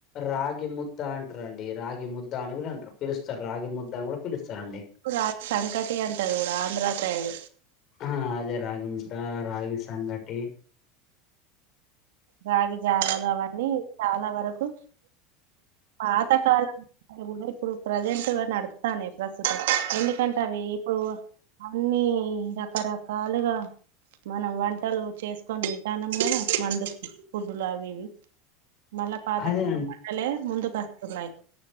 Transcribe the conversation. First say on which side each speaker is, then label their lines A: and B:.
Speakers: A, on the left (about 40°); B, on the right (about 80°).
A: రాగి ముద్ద అంటరండి రాగి ముద్ద అని గూడా అంటర్రు పిలుస్తరు రాగి ముద్ద అని గూడా పిలుస్తారండి
B: రాగి సంకటి అంటారు కూడా ఆంధ్ర సైడ్
A: ఆ అదే రాగి ముద్ద రాగి సంగటి
B: రాగి జావాలు అవన్నీ చాలా వరకు పాత కాలం ఇప్పుడు ప్రెంసెటు నడుతనయ్ ప్రస్తుతం ఎండి సొంతవి ఇప్పుడు అన్నీ రకరకాలుగా మనం వంటలు చేసుకొని తింటాన్నాం గద మందు కి ఫుడ్ లాగా ఇవి మళ్ళా పాత
A: అదే
B: కాలం వంటలే ముందుకు వస్తున్నాయి